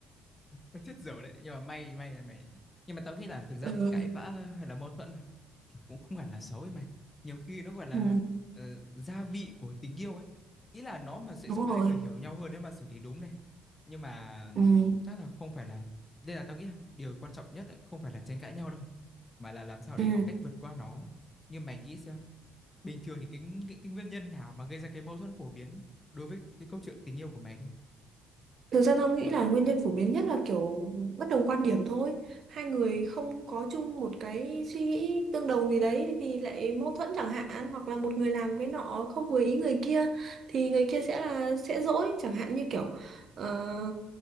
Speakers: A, on the left (about 25°); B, on the right (about 50°).
A: Mày chết dở đấy nhưng mà may may là mày nhưng mà tao nghĩ là thực ra
B: ừ
A: thì cãi vã hay là mâu thuẫn kiểu cũng không hẳn là xấu ấy mày nhiều khi nó gọi là
B: ừ
A: ờ, gia vị của tình yêu ấy ý là nó mà sẽ
B: đúng
A: giúp hai
B: rồi
A: người hiểu nhau hơn nếu mà xử lý đúng này nhưng mà
B: ừ
A: chắc là không phải là đây là tao nghĩ là điều quan trọng nhất ấy, không phải là tranh cãi nhau đâu mà là làm sao để
B: ừ
A: học cách vượt qua nó nhưng mày nghĩ xem bình thường thì cái, cái cái nguyên nhân nào mà gây ra cái mâu thuẫn phổ biến đối với cái câu chuyện tình yêu của mày đi
B: Thực ra tao nghĩ là nguyên nhân phổ biến nhất là kiểu bất đồng quan điểm thôi. Hai người không có chung một cái suy nghĩ tương đồng gì đấy thì lại mâu thuẫn chẳng hạn hoặc là một người làm cái nọ không vừa ý người kia thì người kia sẽ là sẽ dỗi chẳng hạn như kiểu ờ,